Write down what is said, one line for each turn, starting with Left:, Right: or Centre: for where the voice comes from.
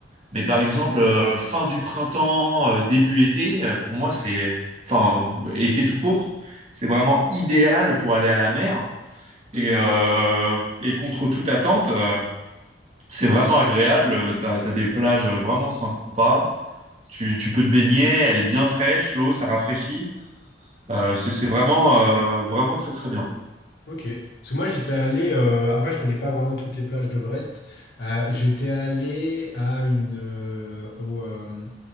Right: Mais par exemple, euh, fin du printemps, euh, début été, euh, pour moi, c'est, enfin, été tout court, c'est vraiment idéal pour aller à la mer. Et, euh, et contre toute attente, euh, c'est vraiment agréable. T'as, t'as des plages euh, vraiment sympas. Tu, tu peux te baigner, elle est bien fraîche, l'eau, ça rafraîchit. Euh, c'est, c'est vraiment, euh, vraiment très, très bien.
Left: Ok. Parce que moi j'étais allé, euh, après je connais pas vraiment toutes les plages de Brest. Euh, j'étais allé à une, euh, au, euh,